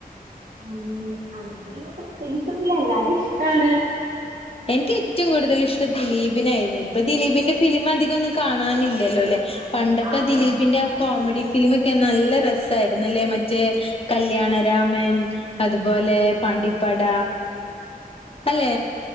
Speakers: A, on the right (about 55°); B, on the left (about 40°).
A: ഉം അങ്ങനെ പ്രത്യേകിച്ചൊന്നുമില്ല എല്ലാരേം ഇഷ്ടാണ്
B: എനിക്ക് ഏറ്റവും കൂടുതലിഷ്ടം ദിലീപിനെയായിരുന്നു ഇപ്പൊ ദിലീപിന്റെ ഫിലിം അധികമൊന്നും കാണാനില്ലല്ലോ അല്ലെ പണ്ടത്തെ
A: ആ
B: ദിലീപിന്റെ അ കോമഡി ഫിലിമൊക്കെ നല്ല രസായിരുന്നു അല്ലെ മറ്റെ കല്യാണരാമൻ അതുപോ ലെ പാണ്ടിപ്പട
A: <inaudible>
B: അല്ലേ